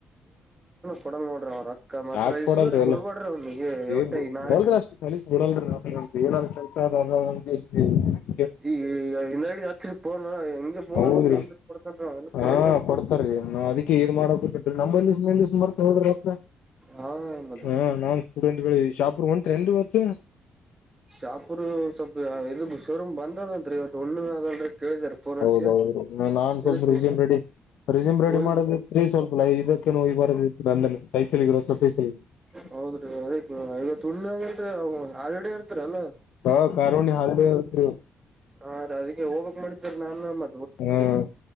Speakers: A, on the right; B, on the left.
A: ಕೊಡ ನೋಡ್ರ ಅವ್ರ ರೊಕ್ಕ ಮಾತ್ರ
B: ಯಾಕ್
A: ಇಸ್ಗೋರಿ
B: ಕೊಡಲ್ರಿ ಎಲ್ಲ
A: ಬಿಡ್ಬ್ಯಾಡ್ರಿ ಅವ್ನಿಗೆ
B: ಏ
A: ಒಟ್ಟ ಈ ನಾಳಿಗ್
B: ಬೋಲ್ರೆ ಅಷ್ಟ್ ಸಲಿ ಕೊಡಲ್ರಿ <unintelligible> ಕೆಲಸದದ <unintelligible>
A: ಈ ಹಿಂದೆಡಿ ಹಚ್ರಿ ಪೋನ್ ಹೆಂಗೆ ಬೋಲಬೇಕ್ರ
B: ಹೌದ್ರಿ
A: ಅಂದ್ರ ಕೊಡತನ್ರಿ ಅವ ಇಲ್ಲ
B: ಹಾ
A: ಕೊಡಲ್ ನೋಡ್ರಿ.
B: ಕೊಡ್ತಾರೀ ನಾವ್ ಅದಿಕ್ಕೆ ಇದ್ ಮಾಡೋಕು ಬಿಟ್ಟಿಲ್ಲ <unintelligible> ಮಾಡ್ತೋಡ್ರಿ ರೊಕ್ಕ
A: ಹಾ ಮತ್
B: ಹಾ ನಾನ್ ಸ್ಟೂಡೆಂಟ್ಗಳೇ ಶಾಪುರ್ಗ್ ಹೊಂಟ್ರೇನ್ರಿ ಮತ್ತೆ.
A: ಶಾಪುರು ಸ್ವಲ್ಪ ಇದು ಶೋರೂಮ್ ಬಂದ್ ಅದಂತ್ರಿ ಇವತ್ತು ಹುಣ್ಣಿಮೆ ಅದಲ್ರಿ. ಕೇಳಿದಾರ ಫೋನ್
B: ಹೌದೌದು
A: ಹಚ್ಚಿ
B: ನಾನ್ ಸ್ವಲ್ಪ
A: ಎದಕ್
B: ರೆಸ್ಯೂಮ್ ರೆಡಿ ರೆಸ್ಯೂಮ್ ರೆಡಿ
A: ಹೋಗಿ
B: ಮಾಡೋದಿತ್ರಿ ಸ್ವಲ್ಪ ಇದಕ್ಕೆಲ್ಲ ಹೋಗಿ ಬರೋದಿತ್ರಿ ಅಲ್ಲಲ್ಲಿ ಕೈಸಲಿ <unintelligible>
A: ಹೌದ್ರಿ ಅದಕೆ ಇವತ್ ಹುಣ್ಣಿಮೆ ಅದಲ್ರಿ ಹಾಲಿಡೆ ಇರ್ತರಿ ಅಲ್ಲ.
B: ಹಾ ಕಾರುಣ್ಯ ಹಾಲಿಡೇ ಇರತ್ರಿ ಇವತ್ತ್.
A: ಹಾ ರೀ ಅದಕ್ಕೆ ಹೋಬೇಕ್ ಮಾಡಿದ್ದೆ ರೀ ನಾನು ಅಮ್ಮ.
B: ಹ್ಮ್